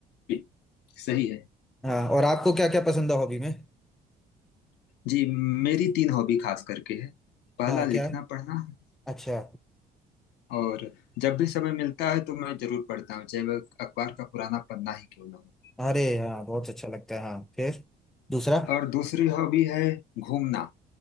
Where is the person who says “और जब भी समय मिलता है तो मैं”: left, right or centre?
Left